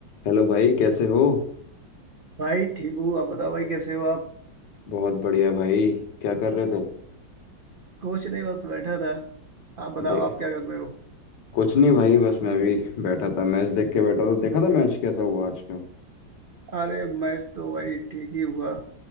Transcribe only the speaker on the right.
भाई ठीक हूँ आप बताओ भाई कैसे हो आप
कुछ नहीं बस बैठा था आप बताओ
आप क्या कर रहे हो
अरे मैं तो भाई ठीक ही हुआ